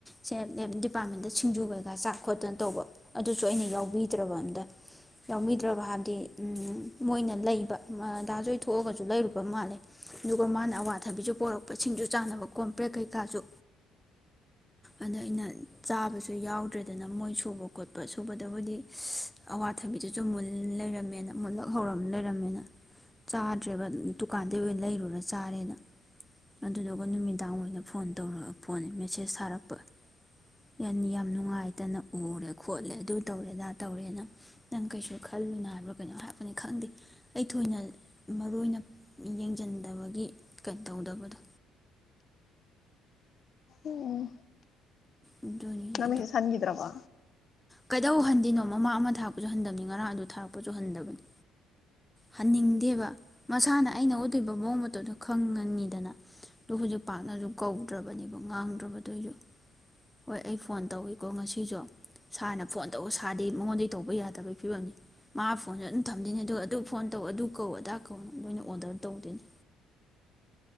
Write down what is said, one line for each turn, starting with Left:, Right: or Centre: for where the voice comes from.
Centre: ꯁꯦ ꯗꯤꯄꯥꯔꯠꯃꯦꯟꯗ ꯁꯤꯡꯖꯨꯕꯒ ꯆꯥꯛ ꯈꯣꯠꯇꯅ ꯇꯧꯕ ꯑꯗꯨꯁꯨ ꯑꯩꯅ ꯌꯥꯎꯕꯤꯗ꯭ꯔꯕ ꯑꯝꯗ ꯌꯥꯎꯕꯤꯗ꯭ꯔꯕ ꯍꯥꯏꯕꯗꯤ ꯃꯣꯏꯅ ꯂꯩꯕ ꯗꯥꯖꯣꯏ ꯊꯣꯛꯑꯒꯁꯨ ꯂꯩꯔꯨꯕ ꯃꯥꯜꯂꯦ ꯑꯗꯨꯒ ꯃꯥꯅ ꯑꯋꯥꯊꯕꯤꯖꯨ ꯄꯣꯔꯛꯄ ꯁꯤꯡꯖꯨ ꯆꯥꯅꯕ ꯀꯣꯝꯄ꯭ꯔꯦꯛ ꯀꯩꯀꯥꯁꯨ ꯑꯗ ꯑꯩꯅ ꯆꯥꯕꯁꯨ ꯌꯥꯎꯗ꯭ꯔꯦꯗꯅ ꯃꯣꯏ ꯁꯨꯕ ꯈꯣꯠꯄ ꯁꯨꯕꯗꯕꯨꯗꯤ ꯑꯋꯥꯊꯕꯤꯗꯨꯁꯨ ꯃꯨꯟ ꯂꯩꯔꯝꯃꯦꯅ ꯃꯨꯜꯂꯛ ꯍꯧꯔ ꯂꯩꯔꯝꯃꯦꯅ ꯆꯥꯗ꯭ꯔꯦꯕ ꯗꯨꯀꯥꯟꯗꯩ ꯑꯣꯏꯅ ꯂꯩꯔꯨꯔ ꯆꯥꯔꯦꯅ꯫ ꯑꯗꯨꯗꯨꯒ ꯅꯨꯃꯤꯗꯥꯡ ꯑꯣꯏꯅ ꯐꯣꯟ ꯇꯧꯔ ꯐꯣꯟ ꯃꯦꯁꯦꯖ ꯊꯥꯔꯛꯄ ꯌꯥꯅꯤ ꯌꯥꯝ ꯅꯨꯡꯉꯥꯏꯇꯅ ꯎꯔꯦ ꯈꯣꯠꯂꯦ ꯑꯗꯨ ꯇꯧꯔꯦ ꯑꯥꯗꯥ ꯇꯧꯔꯦꯅ ꯅꯪ ꯀꯩꯁꯨ ꯈꯜꯂꯨꯅ ꯍꯥꯏꯕ꯭ꯔꯥ ꯀꯩꯅꯣ ꯍꯥꯏꯕꯅꯤ ꯈꯪꯗꯦ ꯑꯩ ꯊꯣꯏꯅ ꯃꯔꯨ ꯑꯣꯏꯅ ꯌꯦꯡꯁꯤꯟꯗꯕꯒꯤ ꯀꯩꯅꯣ ꯇꯧꯗꯕꯗꯣ
Left: ꯎꯝ꯫
Centre: ꯑꯗꯨꯅꯤꯗ
Left: ꯅꯪ ꯃꯤꯁꯦꯖ ꯍꯟꯒꯤꯗꯔ꯭ꯕꯣ?
Centre: ꯀꯩꯗꯧ ꯍꯟꯗꯣꯏꯅꯣ ꯃꯃꯥ ꯑꯃ ꯊꯥꯔꯛꯄꯁꯨ ꯍꯟꯗꯕꯅꯤ ꯉꯔꯥꯡ ꯑꯗꯨ ꯊꯥꯔꯛꯄꯁꯨ ꯍꯟꯗꯕꯅꯤ ꯍꯟꯅꯤꯡꯗꯦꯕ ꯃꯁꯥꯅ ꯑꯩꯅ ꯎꯠꯂꯤꯕ ꯃꯑꯣꯡ ꯃꯇꯧꯗꯣ ꯈꯪ ꯉꯟꯉꯤꯗꯅ ꯑꯗꯨ ꯍꯧꯖꯤꯛ ꯄꯥꯛꯅꯁꯨ ꯀꯧꯗ꯭ꯔꯕꯅꯦꯕ ꯉꯥꯡꯗ꯭ꯔꯕꯗꯨꯁꯨ ꯍꯣꯏ ꯑꯩ ꯐꯣꯟ ꯇꯧꯏꯤꯀꯣ ꯉꯁꯤꯁꯨ ꯁꯥꯔꯅ ꯐꯣꯟ ꯇꯧ ꯁꯥꯔꯗꯤ ꯃꯉꯣꯟꯗꯒꯤꯩ ꯇꯧꯕ ꯌꯥꯗꯕꯒꯤ ꯐꯤꯕꯝꯅꯤ ꯃꯥ ꯐꯣꯟꯁꯨ ꯑꯗꯨꯝ ꯊꯝꯗꯣꯏꯅꯤ ꯑꯗꯨꯒ ꯑꯗꯨ ꯐꯣꯟ ꯇꯧ ꯑꯗꯨ ꯀꯧ ꯑꯗꯥ ꯀꯧ ꯅꯣꯏꯅ ꯑꯣꯗꯔ ꯇꯧꯗꯣꯏꯅꯦ꯫